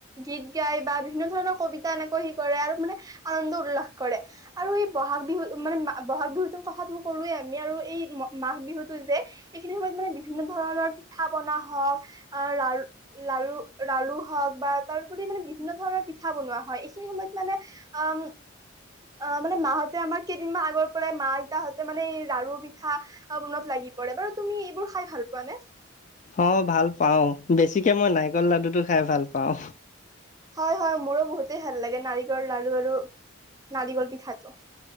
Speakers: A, on the right; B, on the left.
A: গীত গাই বা বিভিন্ন ধৰণৰ কবিতা এনেকৈ সি কৰে আৰু মানে আনন্দ উল্লাস কৰে। আৰু এই বহাগ বিহু মানে বহাগ বিহুতৰ কথাাতনো কলোৱে আমি আৰু এই মাঘ বিহুতটো যে এইখিনি সময়ত মানে বিভিন্ন ধৰণৰ পিঠা পনা হওক আহ লাৰু লাৰু লাৰু হওক বা তাৰপৰি মানে বিভিন্ন ধৰণৰ পিঠা বনোৱা হয় এইখিনি সময়ত মানে অ' অ', মানে মাহঁতে আমাৰ কেইদিনমান আগৰ পৰাই মা আইতাহঁতে মানে এই লাৰু পিঠা বনোৱাত লাগি পৰে বাৰু তুমি এইবোৰ খাই ভাল পোৱা নে?
B: অ', ভাল পাওঁ বেছিকে মই নাৰিকল লাডু টো খাই ভাল পাওঁ।
A: হয় হয় মোৰো বহুতেই ভাল লাগে নাৰিকল লাৰু আৰু নাৰিকল পিঠাটো।